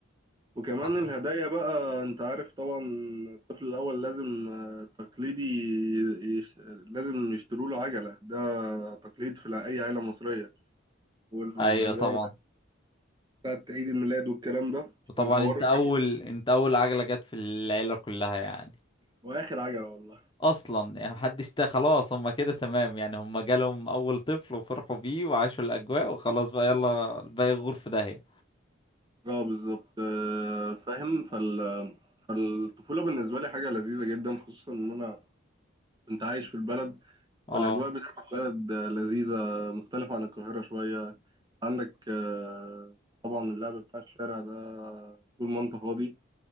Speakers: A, on the right; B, on the left.
A: وكمان
B: صح.
A: الهدايا بقى انت عارف طبعا الطفل الاول لازم آه، تقليدي يش... لازم يشتروا له عجلة ده تقليد في الع- اي عيلة مصرية والهدايا
B: ايوه طبعا
A: بقى بتاعت عيد الميلاد والكلام ده
B: وطبعا
A: فالحوار
B: انت
A: كان
B: اول انت اول عجلة جت في العيلة كلها يعني
A: واخر عجلة والله
B: اصلا يعني محدش تا خلاص هما كده تمام يعني هما جالهم اول طفل وفرحوا بيه وعاشوا الاجواء وخلاص بقى يلا الباقي يغور في داهية
A: اه بالظبط آه، فاهم فال فالطفولة بالنسبة لي حاجة لذيذة جدا خصوصا إن أنا كنت عايش في البلد
B: اه
A: والأجواء بتاعت البلد آه، لذيذة مختلفة عن القاهرة شوية عندك آه، طبعا اللعب بتاع الشارع ده طول ما أنت فاضي